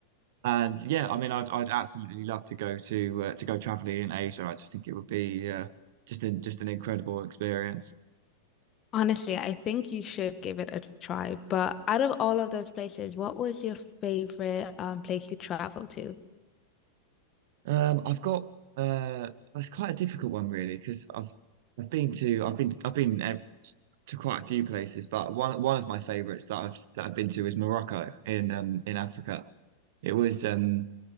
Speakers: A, on the right (about 50°); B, on the left (about 30°).
A: and yeah, I mean, I'd I'd absolutely love to go to uh, to go traveling in Asia. I just think it would be uh, just an just an incredible experience.
B: Honestly, I think you should give it a try. But out of all of those places, what was your favorite um, place you traveled to?
A: Um, I've got uh, that's quite a difficult one really because I've I've been to I've been I've been uh, to quite a few places, but one one of my favorites that I've that I've been to is Morocco in um in Africa. It was um